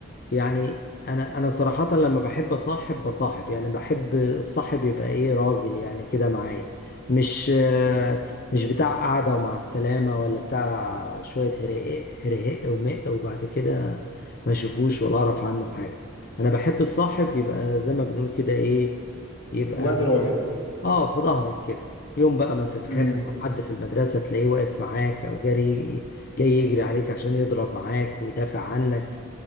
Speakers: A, on the left (about 45°); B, on the left (about 75°).
A: يعني انا انا صراحة لما بحب اصاحب بصاحب يعني بحب الصاحب يبقى ايه راجل يعني كده معايا مش آه، مش بتاع قعدة ومع السلامة ولا بتاع شوية هرهق هرهق ومق وبعد كده ما اشوفوش ولا اعرف عنه حاجة انا بحب الصاحب يبقى زي ما بنقول كده ايه يبقى
B: واد راجع
A: اه في ظهرك كده يوم بقى ما تتخانق
B: امم
A: مع حد في المدرسة تلاقيه واقف معاك او جري جاي يجري عليك عشان يضرب معاك ويدافع عنك